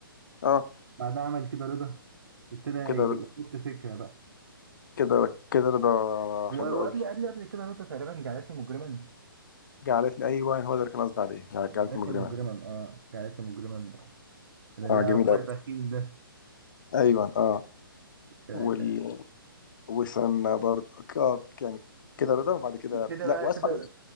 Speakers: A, on the left; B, on the right.
A: اه
B: بعدها عمل كده رضا ابتدى
A: كده
B: يحط فكرة بقى
A: كده كده رضا
B: و-
A: حلو
B: وقبل
A: قوي
B: قبل قبل كده رضا تقريبا جعلتني مجرما
A: جعلتني ايوه هو ده اللي كان قصدي عليه جعلتني
B: جعلتني
A: مجرما
B: مجرما اه جعلتني مجرما كان اللي
A: اه جميل
B: هو
A: قوي
B: البخيل ده
A: ايوه اه
B: ك-
A: وال
B: ك-
A: وسنا برضه ك- آه، يعني كده رضا وبعد كده
B: كده
A: لا
B: بقى
A: واسفل
B: كده